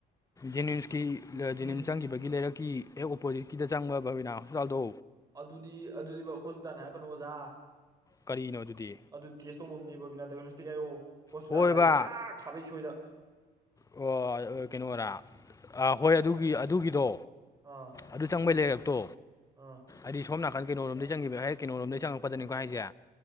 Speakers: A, on the left (about 20°); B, on the right (about 20°).
A: ꯖꯦꯅꯤꯝꯁꯀꯤ ꯑꯥ ꯖꯦꯅꯤꯝꯁ
B: ꯎꯝ
A: ꯆꯪꯈꯤꯕꯒꯤ ꯂꯩꯔꯛꯀꯤ ꯑꯦ ꯑꯣ ꯄꯣꯖꯤꯠꯀꯤꯗ ꯆꯪꯕ ꯕꯕꯤꯅꯥ ꯍꯣꯁꯄꯤꯇꯥꯜꯗꯣ
B: ꯑꯗꯨꯗꯤ ꯑꯗꯨꯗꯤ ꯍꯣꯁꯄꯤꯇꯥꯜ ꯍꯥꯏꯔꯛꯀꯅꯨ ꯑꯣꯖꯥ
A: ꯀꯔꯤꯅꯣ ꯑꯗꯨꯗꯤ
B: ꯑꯗꯨ ꯇꯦꯁ ꯇꯧꯕ ꯑꯃꯅꯦ ꯕꯣꯕꯤꯅꯥ ꯗꯥꯏꯒꯅꯣꯁꯇꯤꯛ ꯍꯥꯏꯔꯣ ꯍꯣꯁꯄꯤꯇꯥꯜ
A: ꯍꯣꯏꯕ
B: ꯍꯥꯏꯗꯤꯌꯥ ꯈꯥꯕꯩ ꯁꯣꯏꯗ
A: ꯑꯣ ꯀꯩꯅꯣꯔꯥ ꯍꯣꯏ ꯑꯗꯨꯒꯤ ꯑꯗꯨꯒꯤꯗꯣ
B: ꯑꯥ
A: ꯑꯗꯨ ꯆꯪꯕꯩ ꯂꯩꯔꯛꯇꯣ
B: ꯑꯥ
A: ꯑꯩꯗꯤ ꯁꯣꯝ ꯅꯥꯀꯟ ꯀꯩꯅꯣꯔꯣꯝꯗꯩ ꯆꯪꯈꯤꯕꯕ ꯍ ꯀꯩꯅꯣꯔꯣꯝꯗꯒꯤ ꯆꯪꯉꯛꯄꯗꯅꯤꯀꯣ ꯍꯥꯏꯁꯦ